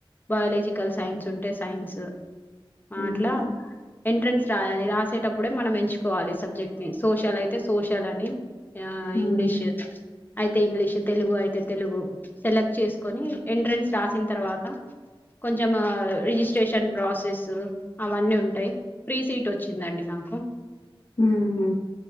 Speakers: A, on the left; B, on the left.
A: బయాలజికల్ సైన్స్ ఉంటే సైన్సు ఆ
B: మ్మ్.
A: అట్లా ఎంట్రన్స్ రాయాలి రాసేటప్పుడే మనం ఎంచ్ కోవాలి సబ్జెక్ట్ ని సోషల్ అయితే సోషల్ అని ఆ
B: మ్మ్.
A: ఇంగ్లీషు అయితే ఇంగ్లీషు తెలుగు అయితే తెలుగు సెలెక్ట్ చేసుకొని ఎంట్రెన్స్ రాసిన తర్వాత కొంచమ రిజిస్ట్రేషన్ ప్రాసెసు అవన్నీ ఉంటాయి ఫ్రీ సీట్ వచ్చిందండి నా కు
B: ఉ హు